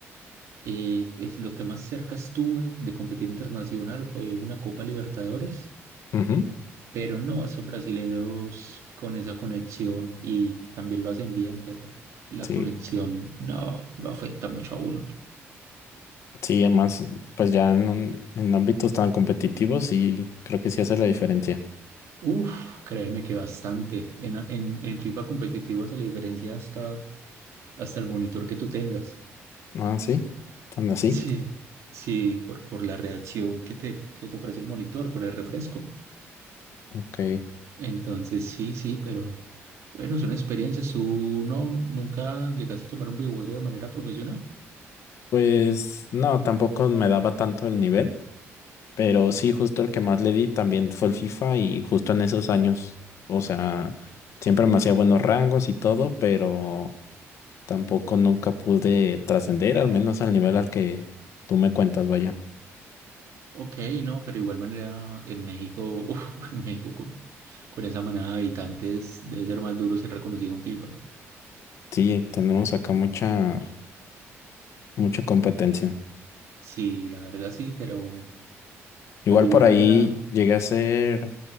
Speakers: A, on the right; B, on the left.
A: Eh, es lo que más cerca estuve de competir internacional fue una Copa Libertadores,
B: Ujú,
A: pero no, esos brasileros con esa conexión y también lo hacen bien, pero la
B: Sí,
A: conexión no lo afecta mucho a uno.
B: sí, además, pues ya en, un- en ámbitos tan competitivos, sí, creo que sí hace la diferencia.
A: Uf, créeme que bastante. En, en, en FIFA competitivo hace la diferencia hasta, hasta el monitor que tú tengas.
B: Ah, sí, tan así.
A: Sí, sí, por, por la reacción que te, que te ofrece el monitor, por el refresco.
B: Ok.
A: Entonces, sí, sí, pero bueno, son experiencias. ¿Tú no, nunca llegaste a tomar un videojuego de manera profesional?
B: Pues no, tampoco me daba tanto el nivel, pero sí, justo el que más le di también fue el FIFA y justo en esos años, o sea, siempre me hacía buenos rangos y todo, pero tampoco nunca pude trascender, al menos al nivel al que tú me cuentas, vaya.
A: Ok, no, pero igual manera en México, uf, <laughs> en México con, con esa manada de habitantes debe ser más duro ser reconocido en FIFA.
B: Sí, tenemos acá mucha, mucha competencia.
A: Sí, la verdad sí, pero,
B: Igual
A: pero de igual
B: por ahí
A: manera.
B: llegué a ser